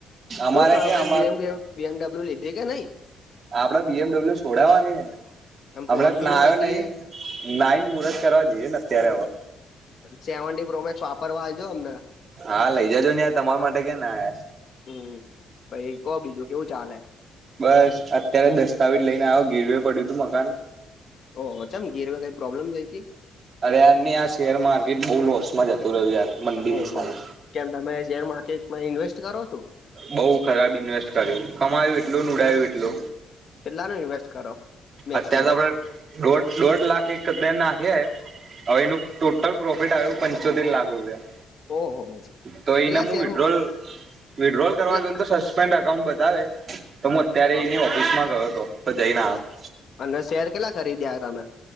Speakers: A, on the right; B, on the left.
A: અમારે
B: શું કરો
A: ક્યાં
B: ભાઈ
A: અમાર
B: બેમ બેમ બીએમડબ્લ્યુ લીધી કે નઈ
A: આપડે બીએમડબલ્યુ છોડાવવાની હમણાં
B: એમ ફોર્ચ્યુનર
A: નાયો
B: હતી
A: નઈ
B: એ
A: નાઈન મુહૂત કરવા જઈએ ને અત્યારે હવે
B: સેવન્ટી પ્રોમેક્સ વાપરવા આલજો અમને
A: હા લઈ જજો યાર તમે તમાર માટે કે ના હ
B: હમ પહી કો બીજું કેવું ચાલે
A: બસ અત્યારે દસ્તાવેજ લઈને આવ્યો ઘીરવે પડ્યું તું મકાન
B: ઓ ઓમ ગીરમાં કઈ પ્રોબ્લેમ જઈ હતી
A: અરે યાર ને આ શેર માર્કેટ બહુ લોસમાં જતું રહ્યું યાર મંડીની
B: ઓહો
A: સામે
B: કેમ તમે શેર માર્કેટ માં ઇન્વેસ્ટ કરો છો?
A: બઉ ખરાબ ઇન્વેસ્ટ કર્યું કમાયું એટલું ઉડાયું એટલુ
B: કેટલા નુ ઇન્વેસ્ટ કરો મેક્સિમમ
A: અત્યારે તો આપડે દોઢ દોઢ લાખ એક નાખયા એ હવે એનું ટોટલ પ્રોફિટ આવ્યું પંચોતેર લાખ રૂપિયા
B: ઓહો
A: તો
B: કેટલા
A: એના મુું
B: શેર
A: વિડ્રોલ વિડ્રોલ કરવા
B: કેટલા
A: ગયને તો સસ્પેન્ડ અકાઉન્ટ બતાવે તો હું અત્યારે
B: હા
A: એની ઓફિસમાં ગયો હતો. તો જાય ના આવ
B: અને શેર કેટલા કરીદ્યા તમે